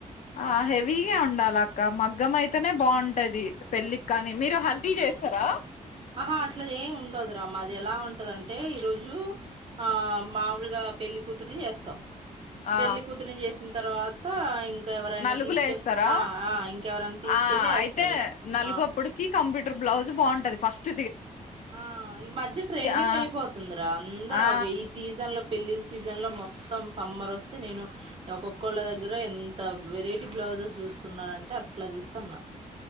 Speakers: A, on the left; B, on the right.
A: ఆ హెవీగా ఉండాలి మగ్ం అైతేనే బాగుంటది పెళ్ళికి కానీ మీరు హల్దీ చేస్తారా
B: ఆహా అట్లా ఏమి ఉండదురా మాది ఎలా ఉంటదంటే ఈ రోజు ఆ మాములుగా పెళ్లి కూతుర్ని చేస్తాం
A: ఆ
B: పెళ్లి కూతుర్ని చేసి వచ్చిన తర్వాత ఇంకా ఇంకా ఎవరైనా
A: నలుగులు
B: తీసుకెళ్
A: వేస్తారా
B: ఆ ఆ ఇంకెవరైనా తీసుకెళ్ళి
A: ఆ
B: వేస్తారు
A: అయితే నలుగు
B: ఆ
A: అప్పుడుకి కంప్యూటర్ బ్లౌజ్ బాగుంటుది ఫస్ట్
B: ఆ ఈ మధ్య ట్రెండింగ్
A: ఆ
B: అయిపోతుందిరా అందరు
A: ఆ
B: అ ఈ సీజన్ లో పెళ్లిిలి సీజన్లో మొత్తం సమ్మర్ వస్తే నేను ఒక్కొక్కళ్ళ దగ్గర ఎంత వెరైటీ బ్లౌజెస్ చూస్తున్నానంటే అట్లా చూస్తా అన్న